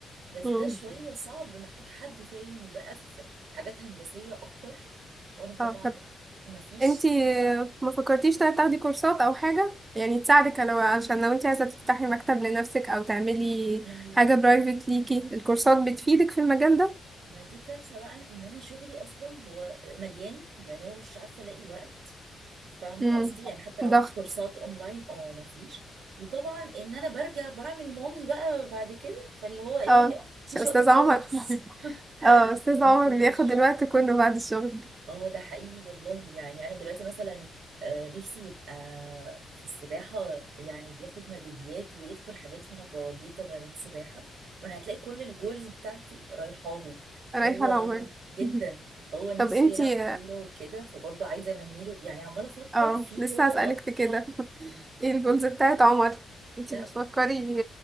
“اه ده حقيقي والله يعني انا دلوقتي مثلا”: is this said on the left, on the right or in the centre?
Right